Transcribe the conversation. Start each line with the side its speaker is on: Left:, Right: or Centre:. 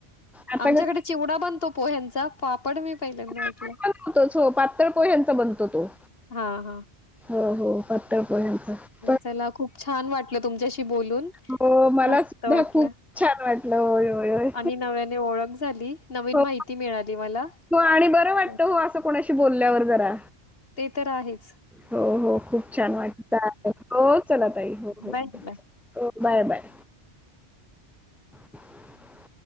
Centre: आता
Left: आमच्याकडे
Centre: कसं
Left: चिवडा बनतो. पोह्यांचा. पापड मी पहिल्यांदा ऐकलं
Centre: आपण बनवतोच. पातळ पोह्यांचा बनतो तो.
Left: हा हा
Centre: हो, हो. पातळ पोह्यांचा. पण
Left: चला खूप छान वाटलं तुमच्याशी बोलून
Centre: हो, मला
Left: मस्त
Centre: सुद्धा
Left: वाटलं
Centre: खूप छान वाटलं. होय, होय, होय.
Left: आणि नव्याने ओळख झाली. नवीन
Centre: हो
Left: माहिती मिळाली मला.
Centre: हो आणि बर वाटत
Left: चालेल.
Centre: हो असं कोणाशी कशी बोलल्यावर जरा
Left: ते तर आहेच.
Centre: हो हो खूप छान वाटत आहे हो चला तई हो हो
Left: bye, bye.
Centre: Okay bye bye <unintelligible>